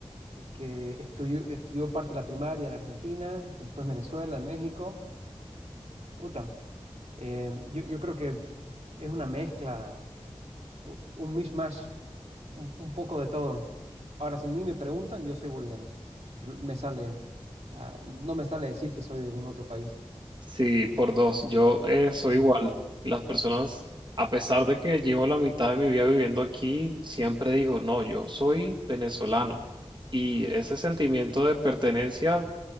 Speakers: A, on the right (about 80°); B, on the right (about 45°).
A: que estudió, estudió parte de la primaria en Argentina, después Venezuela, en México. Uta, eh, yo, yo creo que es una mezcla u- un mishmash, un, un poco de todo. Ahora, si a mí me preguntan, yo soy boliviano. L- Me sale, ah, no me sale decir que soy de algún otro país.
B: Sí, por dos. Yo eh, soy
A: Mm,
B: igual. Las personas, a pesar de que llevo la mitad de mi vida viviendo aquí, siempre digo, no, yo soy venezolano. Y ese sentimiento de pertenencia